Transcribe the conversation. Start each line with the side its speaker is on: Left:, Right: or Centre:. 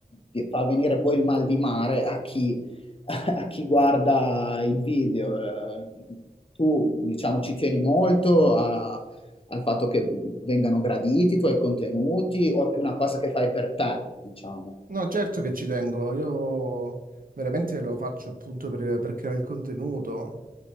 Left: eh, fa venire poi il mal di mare a chi, <laughs> a chi guarda il video. Eh, Tu, diciamo, ci tieni molto a- al fatto che vengano graditi i tuoi contenuti o è più una cosa che fai per te, diciamo?
Right: No, certo che ci tengo, io veramente lo faccio appunto per, per creare il contenuto,